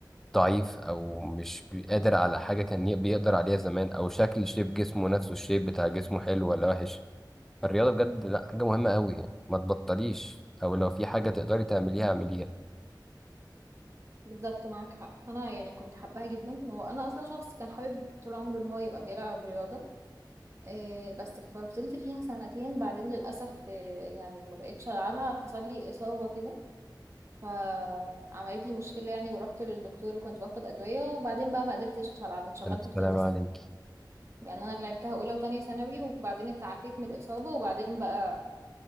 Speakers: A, in the centre; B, on the right.
A: ضعيف او مش قادر على حاجه كان ي- بيقدر عليها زمان او شكل شيب جسمه نفسه الشيب بتاع جسمه حلو ولا وحش الرياضه بجد لا حاجه مهمه قوي يعني ما تبطليش او لو في حاجه تقدري تعمليها اعمليها
B: بالظبط معاك حق فانا يعني كنت حباها جدا وانا اصلا شخص كان حابب طول عمره ان هو يبقى بيلعب رياضه إيه بس ففضلت فيها سنتين بعدين للاسف إيه، يعني ما بقتش العبها حصل لي اصابه كده فعملت لي مشكله يعني ورحت للدكتور وكنت باخد ادويه وبعدين بقى ما قدرتش العب انشغلت
A: السلام
B: في ثالثه
A: عليك
B: ثانوي يعني انا لعبتها اولى وتانية ثانوي وبعدين اتعافيت من الاصابه وبعدين بقى